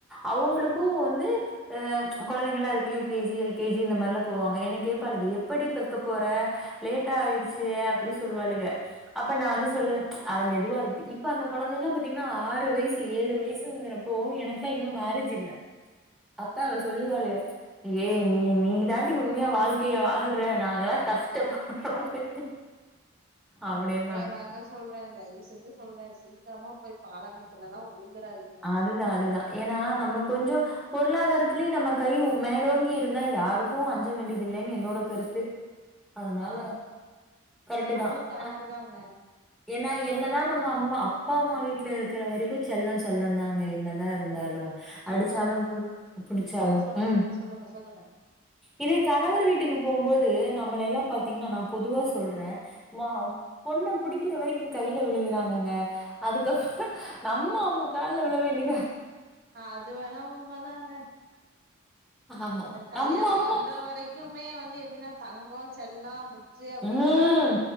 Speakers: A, in the centre; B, on the right.
A: அவுங்களுக்கு வந்து ஆ கொழந்தைங்களாருக்கு U K G L K G இந்த மார்லா போவாங்க என்ன கேப்பாளுக எப்படி பெக்க போற லேட்டாயிருச்சு அப்டி சொல்லுவாளுக அப்ப நா வந்து சொல்லுவே அட மெதுவாருட்டி இப்ப அந்த கொழந்தைலா பாத்தீங்கன்னா ஆறு வய்சு ஏழு வய்சுங்றப்போ எனக்லா இன்னு மேரேஜ் இல்ல அப்ப அவ சொல்லுவாளுக ஏ நீ நீதா டி உண்மயா வாழ்க்கைய வாழ்ற நாங்கல்லா கஷ்டப்பட்றோ பெத்துட்டு
B: நா
A: அப்படிம்பாங்க.
B: உண்மய தாங்க சொல்றே தய்வு செஞ்சு சொல்றே சீக்கிரமா போய் பாலங்கெணத்துலலா வுழுந்துறாதி
A: அதுதா அதுதா ஏனா நம்ம கொஞ்சொ பொருளாதாரத்திலு நம்ம கை மேலோங்கி இருந்தா யாருக்கு அஞ்ச வேண்டிதில்லன் என்னோட கருத்து அதுனால
B: ஆ
A: கரெக்ட்டு
B: அதுவு
A: தா
B: கரெக்ட்டு
A: அ
B: தாங்க
A: ஏனா என்னதா நம்ம அம்மா அப்பாம்மா வீட்லருக்ற வரைக்கு செல்லோ செல்லோந்தாங்க என்னதா இருந்தாலு
B: இப்போ
A: அடிச்சாலும் பு புடிச்சாலு
B: ஆ சொல்லுங்க
A: ம்
B: சொல்லுங்க சொல்லுங்க
A: இதே கணவர் வீட்டுக்கு போம்போது நம்ளெல்லா பாத்தீங்கன்னா நா பொதுவா சொல்றே மா பொண்ண புடிக்கிற வரைக்கு கைல விழுகுறாங்கங்க அதுக்கப்றோ நம்ம அவுங்க கால்ல விழ வேண்டிதா
B: அது வேணா உண்ம தாங்க
A: ஆமா.
B: க கல்யாணம்
A: நம்ம அம்மா
B: பண்ற வரைக் க்குமே வந்து எப்டினா தங்கோ செல்லோ புஜ்ஜு அப்டிம்பாங்க
A: ம்.